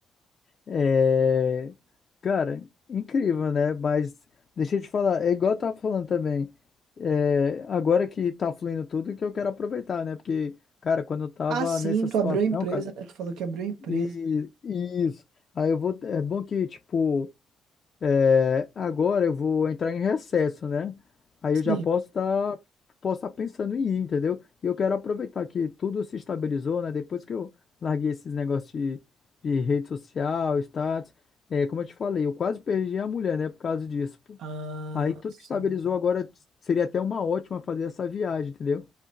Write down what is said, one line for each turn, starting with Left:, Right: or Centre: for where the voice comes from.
Left: É, cara, incrível, né? Mas deixa eu te falar, é igual eu tava falando também. é, agora que tá fluindo tudo, que eu quero aproveitar, né? Porque, cara, quando eu tava
Right: Ah, sim,
Left: nessa
Right: tu
Left: situação,
Right: abriu a empresa,
Left: cara,
Right: né? Tu falou que abriu a empresa.
Left: e e isso. Aí eu vou. É bom que, tipo. É, agora eu vou entrar em recesso, né? Aí
Right: Sim.
Left: eu já posso estar posso estar pensando em ir, entendeu? E eu quero aproveitar que tudo se estabilizou, né? Depois que eu larguei esses negócios de, de rede social, status, é, como eu te falei, eu quase perdi a mulher, né? Por causa disso. pô.
Right: Ah,
Left: Aí tudo
Right: sim.
Left: que estabilizou agora seria até uma ótima fazer essa viagem, entendeu?